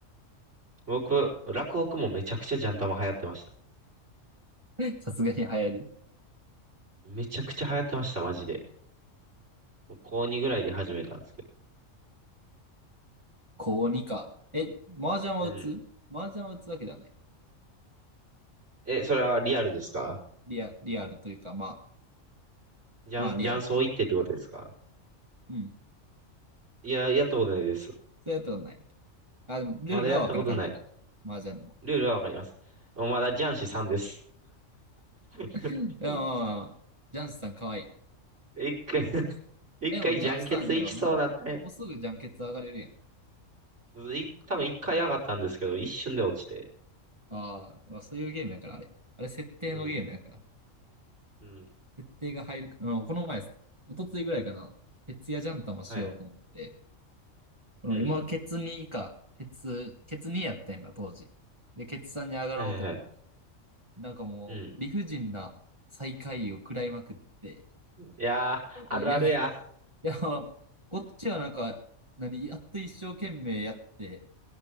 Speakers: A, on the right; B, on the right.
A: 僕、落北もめちゃくちゃジャンタマ流行ってました。
B: <laughs> さすがに流行る。
A: めちゃくちゃ流行ってました、マジで。高2ぐらいで始めたんですけ
B: 高にか。え、麻雀は打つ麻雀は打つわけではない。
A: ど。うん。え、それはリアルですか
B: リア、リアルというか、まあ、
A: ジャン、
B: まあリアルやな。
A: ジャンソー行ってってことですか
B: うん。
A: いや、やったことないです。
B: そうやったことない。あ、でもルールはわかる感じか。
A: まだやったことない。
B: 麻雀の。
A: ルールはわかります。まだジャンシさんです。<laughs>
B: いや、まあまあ、まあ、ジャンスさんかわいい。
A: 一回 <laughs> 一回ジャンケツ行きそうなったね。
B: え、でもジャンスさんやったらもう、もうすぐジャンケツ上がれるやん。
A: い多分一回上がったんですけど、一瞬で落ちて。
B: ああ、まあそういうゲームやから、あれ。あれ設定のゲームやから。
A: うん、うん、
B: 設定が入るか、あの、この前、一昨日ぐらいかな、徹夜ジャン玉しようと思って、
A: はい、
B: この今、
A: うん、
B: ケツ2か、ケツ、ケツ2やったんだ、当時。で、ケツ3に上がろうと思って、
A: はいはいはい。
B: なんかもう、
A: うん。
B: 理不尽な最下位を食らいまくって、
A: いやー、
B: なんかいやね、
A: あるあるや。
B: <laughs> いや、こっちはなんか、何、やっと一生懸命やって、